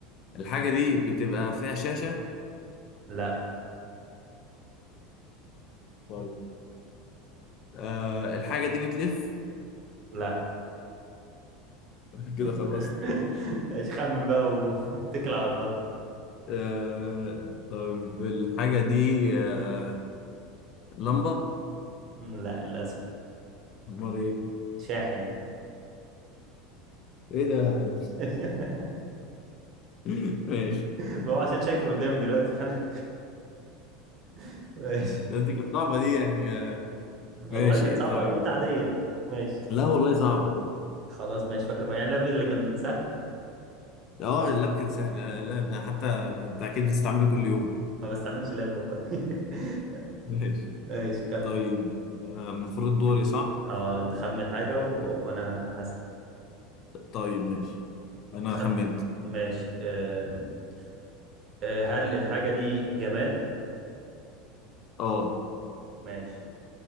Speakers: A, on the left; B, on the right.
A: الحاجة دي بتبقى فيها شاشة
B: لا
A: طيب آه الحاجة دي بتلف
B: لا
A: <laughs> كده
B: <laughs>
A: خلصت
B: ايش خمن بقى واتكل على الله
A: آه طيب الحاجة دي آه لمبة
B: مم، لا للأسف
A: أمال إيه؟
B: شاحن
A: إيه ده يا عم؟
B: <laughs>
A: <laughs> ماشي
B: ما هو عشان شايفه قدامي دلوقتي فأنا <laughs> ماشي
A: <laughs> دي كانت صعبة دي يعني آه ماشي
B: والله كانت صعبة
A: طيب
B: أنا قلت عادية ماشي
A: لا والله صعبة
B: خلاص ماشي فكر فيها. يعني اللاب اللي كان سهل
A: اه اللاب كان سهل لا لا، ده حتى انت اكيد بتستعمله كل يوم
B: ما بستعملش لاب والله <laughs>
A: <laughs> ماشي
B: ماشي كم
A: طيب آه، المفروض دوري صح
B: اه أنت خمن حاجة و... وأنا هسأل
A: طيب ماشي انا
B: خم...
A: خمنت
B: ماشي أم... أه، هل الحاجة دي جماد؟
A: اه
B: ماشي